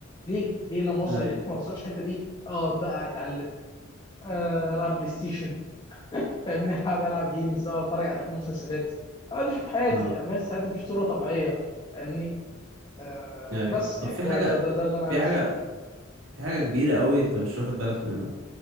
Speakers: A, on the left (about 25°); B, on the right (about 80°).
A: ليه ليه لما اوصل
B: ايوه
A: ليه <laughs> ما اوصلش الحته دي اقعد بقى اتعلم آه، العب بلاي ستيشن فاهمني <laughs> اقعد العب جيمز اقعد اتفرج على افلام ومسلسلات اقعد اشوف حياتي
B: اه
A: بس حياتي مش صوره طبيعيه فاهمني آه
B: ايوه
A: بس
B: طب
A: يعني
B: في
A: ده
B: حاجة
A: ده ده, ده اللي انا عايزه
B: في حاجة في حاجة كبيرة قوي انت مش واخد بالك منها